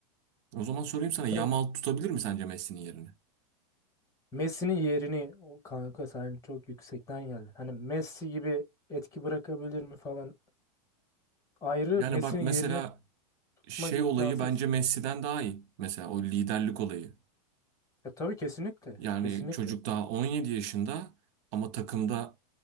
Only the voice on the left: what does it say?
E,
tabii
Messi'nin yerini o kanka sen çok yüksekten geldin. Hani Messi gibi etki bırakabilir mi falan. Ayrı
Messi'nin
yerini tutmak
imkansız.
E tabii kesinlikle.
Kesinlikle.